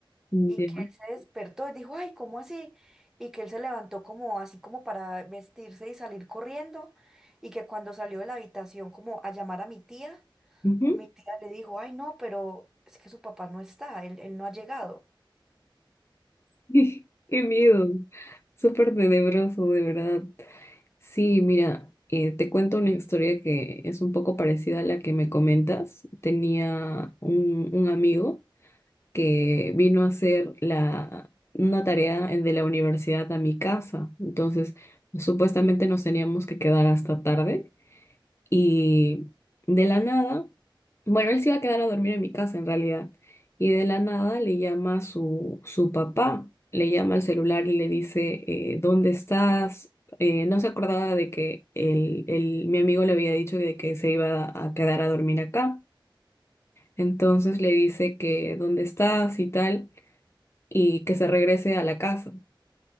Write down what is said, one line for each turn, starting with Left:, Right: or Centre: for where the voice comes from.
Left: mm,
Centre: Y
Left: ya.
Centre: que él se despertó y dijo, ay, ¿cómo así? Y que él se levantó como así como para vestirse y salir corriendo. Y que cuando salió de la habitación como a llamar a mi tía,
Left: Ujú.
Centre: mi tía le dijo, ay, no, pero es que su papá no está, él, él no ha llegado.
Left: <laughs> Qué miedo. Súper tenebroso, de verdad. Sí, mira, eh, te cuento una historia que es un poco parecida a la que me comentas. Tenía un, un amigo. que vino a hacer la, una tarea de la universidad a mi casa. Entonces, supuestamente nos teníamos que quedar hasta tarde y de la nada, bueno, él se iba a quedar a dormir en mi casa en realidad y de la nada le llama a su, su papá, le llama al celular y le dice, eh, ¿dónde estás? Eh, no se acordaba de que el, el, mi amigo le había dicho de que se iba a a quedar a dormir acá. Entonces le dice que dónde estás y tal y que se regrese a la casa.